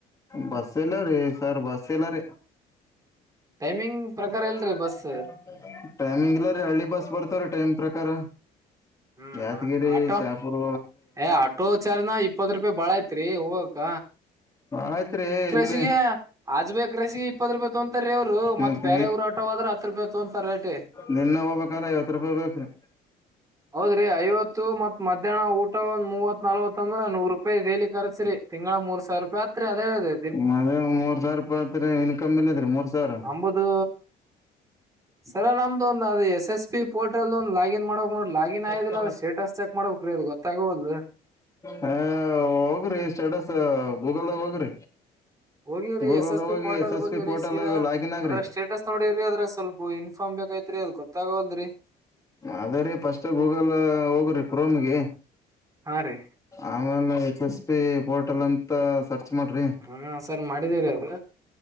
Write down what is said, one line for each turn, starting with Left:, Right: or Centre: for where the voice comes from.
Left: ಬಸ್ ಇಲ್ಲಾ ರೀ ಸರ್ ಬಸ್ ಇಲ್ಲಾ ರೀ
Right: ಟೈಮಿಂಗ್
Left: <inaudible>
Right: ಪ್ರಕಾರ ಇಲ್ರಿ ಬಸ್
Left: ಟೈಮಿಂಗ್ ಇಲ್ಲ ರೀ ಹಳ್ಳಿ ಬಸ್ ಬರ್ <unintelligible> ಟೈಮ್ ಪ್ರಕಾರ
Right: ಹ್ಮ್
Left: ಯಾದಗಿರಿ
Right: ಆಟೋ
Left: ಶಪುರ್
Right: ಏ ಆಟೋ ಚಾರ್ನ ಇಪ್ಪತ್ ರೂಪಾಯಿ ಬಾಳ ಐತ್ರಿ ಹೋಗಕ್ಕ
Left: ಆಯ್ತ್ರಿ ಎಲ್
Right: <unintelligible> ರಸಿಗೆ ಆಜ್ಬೇಕೇಕಕ್ ರೆಸಿಗೆ ಇಪ್ಪತ್ತು ರೂಪಾಯಿ ತೊಂತಾರೆ ಇವರುತ್ತತ್
Left: ಮತ್
Right: ಬೇರೆೆಯವ್ರು ಆಟೋ ಆದ್ರ ಹತ್ತು ರೂಪಾಯಿ ತೊಂತಾರ ರೇಟ
Left: ನೆನ್ನೆ ಹೋಗ್ಬೇಕಾರ ಐವತ್ತು ರೂಪಾಯಿ ಬೇಕ್ರಿ
Right: ಹೌದ್ರಿ ಐವತ್ತು ಮತ್ ಮಧ್ಯಾಹ್ನ ಊಟ ಒಂದ್ ಮೂವತ್ ನಲ್ವತ್ ಅಂದ್ರ ನೂರ್ ರೂಪಾಯಿ ಡೈಲಿ ಕರ್ಸಿ ತಿಂಗಳ ಮೂರ್ ಸಾವಿರ ರೂಪಾಯಿ ಹತ್ರಿ ಅದೇ ಅದದೆ
Left: ಮದ ಮೂರ್ ಸಾವಿರ ರೂಪಾಯತ್ರಿ ಇನ್ಕಮ್ ಎಲ್ಲದ್ರರಿ ಮೂರ್ ಸಾವಿರ
Right: ನಂಬುದು ಸರ ನಮ್ದು ಒಂದ್ ಅದು ಎಸ್ ಎಸ್ ಪಿ ಪೋರ್ಟಲ್ ಒಂದ್ ಲಾಗಿನ್ ಮಾಡ್ಬೇಕ್ ನೋಡ್ ಲಾಗಿನ್ ಆಗೋದಿಲ್ಲ
Left: ತ <inaudible>
Right: ಅದ ಸ್ಟೇಟಸ್ ಚೆಕ್ ಮಾಡ್ಬೇಕ್ರೀ ಅದು ಗೊತ್ತಾಗವಲ್ದು
Left: ಹ ಹೋಗ್ರಿ ಸ್ಟೇಟಸ್ ಹೋಗಲ್ಲ ಹೋಗ್ರ
Right: ಹೋಗಿವ್ರಿ
Left: ಗೂಗಲ್ದ
Right: ಎಸ್ ಪಿ
Left: ಹೋಗಿ
Right: ಪೋರ್ಟಲ್ಗೆ
Left: ಎಸ್ ಎಸ್
Right: ಹೋಗಿವ್ರಿ
Left: ಪಿ ಪೋರ್ಟಲ್
Right: ಸೀದಾ
Left: ಲಾಗಿನ್ ಆಗ್ರಿ
Right: ಅದ್ರ ಸ್ಟೇಟಸ್ ನೋಡಿವ್ರಿ ಅದ್ರ ಸ್ವಲ್ಪ ಇನ್ಫಾರ್ಮ್ ಬೇಕೈತ್ರಿ ಅದ ಗೊತ್ತವಲ್ರರಿ
Left: ಅದ ರೀ ಫಸ್ಟ್ ಗೂಗಲ್ ಹೋಗ್ರಿ ಕ್ರೋಮ್ಗೆ
Right: ಹಾ ರೀ
Left: ಆಮೇಲೆ ಎಸ್ ಎಸ್ ಪಿ ಪೋರ್ಟಲ್ ಅಂತ ಸರ್ಚ್ ಮಾಡ್ರಿ
Right: ಹ ಸರ್ ಮಾಡಿದೀರಿ ಅದು